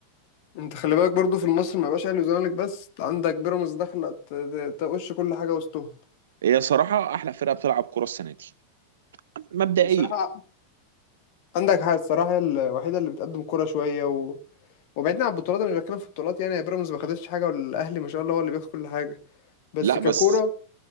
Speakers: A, on the left; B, on the right.
A: انت خلي بالك برضو في مصر ما بقاش اهلي وزمالك بس عندك بيراميدز داخله ت- ت- تقش كل حاجه وسطهم
B: هي صراحه احلى فرقه بتلعب كوره السنه دي مبدئيا
A: الصراحه عندك حاجه الصراحه هي الوحيده اللي بتقدم كوره شويه و... وبعيدنا عن البطولات انا مش بتكلم في البطولات يعني بيراميدز ما خدتش حاجه والاهلي ما شاء الله هو اللي بياخد كل حاجه بس
B: لا
A: ككوره
B: بس